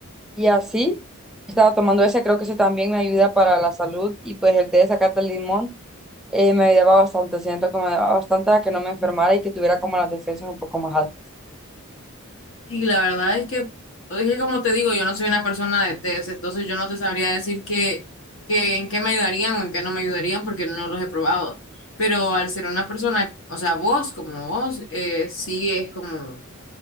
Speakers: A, in the centre; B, on the left.
A: y así estaba tomando ese, creo que ese también me ayuda para la salud y pues el té de zacate el limón. eh, me ayudaba bastante, siento que me ayudaba bastante a que no me enfermara y que tuviera como las defensas un poco más altas.
B: Sí, la verdad es que, es que como te digo, yo no soy una persona de test, entonces yo no te sabría decir que, que en qué me ayudarían o en qué no me ayudarían porque no los he probado. Pero al ser una persona, o sea, vos como vos, eh, sí es como,